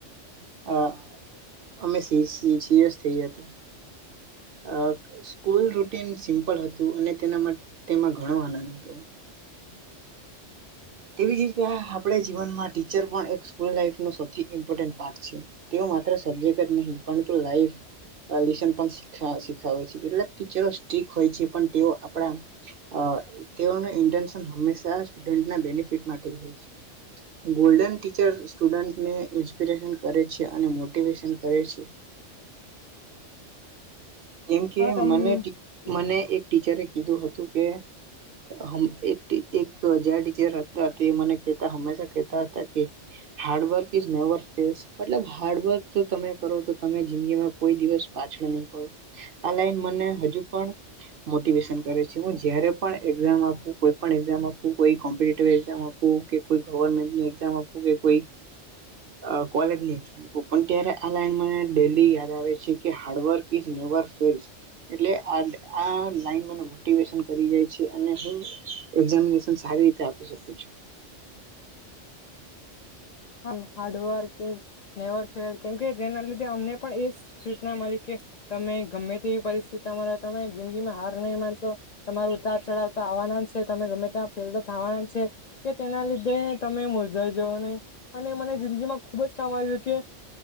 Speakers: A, on the right; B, on the left.
A: અહ અમે સિ સિ સિરિયસ થઈ જાતા. અહ સ્કૂલ રૂટીન સિમ્પલ હતું અને તેના મા તેમાં ઘણો આનંદ હતો. તેવી જષરીતે આપડે જીવનમાં ટીચર પણ એક સ્કૂલ લાઈફ નું સૌથી ઇમ્પોર્ટન્ટ પાર્ટ છે. તેઓ માત્ર સબ્જેક જ નહીં પરંતું લાઈફ <unintelligible> છે, એટલે ટીચરો સ્ટીક હોય છે તેઓ આપણા અહ તેઓનો ઇન્ટસન હમેશા જ સ્ટુડન્ટ ના <unintelligible> હોય છે. ગોલ્ડન ટીચર સ્ડુટન્ટને ઇન્સ્પિરેશન કરે છે અને મોટિવેશન કરે છે. કેમ કે
B: હા તમ
A: મને,
B: હમ
A: મને એક ટીચરએ કીધું હતું કેં હમ એક એ એક જ્યારે ટીચર હતા તે મને કેતા હંમેશા કહેતા હતા કે હાર્ડવર્ક ઈઝ નેવર ફેલ, એટલે હાર્ડવર્ક જો તમે કરો તો તમે જિંદગીમાં કોઈ દિવસ પાછળ નહી પડો. આ લાઈન મને હજુ પણ મોટિવેશન કરે છે. એવો જ્યારે પણ એક્ઝામ આપું, કોઈપણ એક્ઝામ આપું, કોઈપણ કોમ્પ્ટિટીવ એકઝામ આપું, કે કોઈ ગવર્મેન્ટની એક્ઝામ આપું કે કોઈ અહ કોલેજની, તો પણ ત્યારે આ લાઈન મને ડેઈલી યાદ આવે છે કે હાર્ડવર્ક ઈઝ નેવર ફેઈલ્સ. એટલે આ આ લાઈનનું મોટિવેશન મળી રહે છે અને હું એક્ઝામાશેસન સારી રીતે આપી શકું છુ.
B: <unintelligible> Hard work is never fails કેમ કે તેના લીધે અમને પણ એ સૂ સૂચના મળી કે તમે ગમે તેવી પરિસ્થિતિમાં તમારા તમે જિંદગીમાં હાર નહીં માનશો, તમાર ઉતાર ચડાવ તો આવવાના જ છે તમે ગમે ત્યાં ફેલ તો થવાના છે કે તેના લીધે તમે મૂર્જાઈ જવો નહી. અને મને જિંદગીમાં ખુબ જ કામ આવ્યું કે